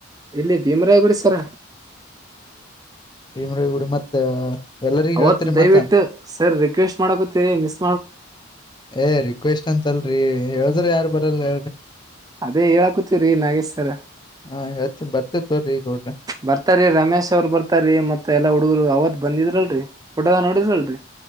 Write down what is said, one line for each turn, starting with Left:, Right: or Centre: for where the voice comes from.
Right: ಇಲ್ಲಿ ಭೀಮರಾಯಗುಡಿ ಸರ
Left: ಭಮ್ರಗುಡಿ ಮತ್ತ ಎಲ್ಲರಿಗ
Right: ಅವತ್
Left: ಹೇಳ್ತರಿ
Right: ದಯವಿಟ್ಟು
Left: ಮತ್ತ
Right: ಸರ್ ರಿಕ್ವೆಸ್ಟ್ ಮಾಡಕೊತೀರಿ ಮಿಸ
Left: ಏ ರಿಕ್ವೆಸ್ಟ್ ಅಂತಲ್ರಿ ಹೇಳದ್ರಿ ಯಾರು ಬರಲ್ಲಿ
Right: ಅದೇ ಹೇಳಕತ್ತೀವ್ರಿ ನಾಗೇಶ್ ಸರ್
Left: ಹ ಯತ್ತು ಬರ್ತೇ ತೋ್ರಿ ಈಗ ಹೋಡ್ರಿ
Right: ಬರ್ತಾರೀ ರಮೇಶ್ ಅವರು ಬರ್ತಾರೀ ಮತ್ ಎಲ್ಲಾ ಹುಡುಗರು ಅವತ್ ಬಂದಿದ್ರಲ್ರರಿ ೋಟದ ನೋಡಿದ್ರಲ್ರರಿ